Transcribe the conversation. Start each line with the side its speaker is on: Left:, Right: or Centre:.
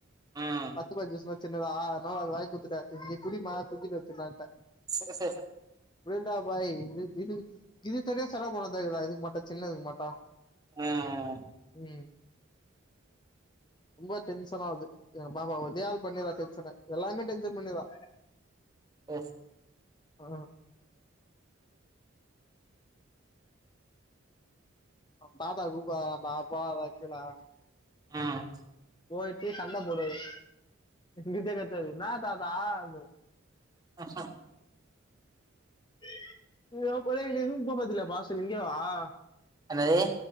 Right: ம்
Left: பத்துபா ஜுஸ்ல சின்னதா அதனால அதவாங்கி குத்துட்ட இத நீ குடிமா திங்கிட்டு வச்சிருந்தானன்
Right: சரி சரி சரி
Left: புடியடா பாய் இது இது இது தனியா செலவு போன தடா இதுக்கு மாட்டா சின்ன இதுக்கு மாட்டா
Right: ம் ம்
Left: ம் ரொம்ப டென்ஷனா ஆவுது எங்க பாப்பா உதையள் பண்ணிரா டென்ஷன எல்லாருமே டென்ஷன் பண்ணிரா
Right: எஸ்
Left: ஆ அவுங்க தாத்தா கூப்பரார டா அப்பா தக்சலா
Right: ம்
Left: போயிட்டு சண்ட போடுது இங்கிந்தே கத்துது என்னா தாத்தா ஆனு
Right: ஆஹ
Left: <unintelligible>
Right: என்னது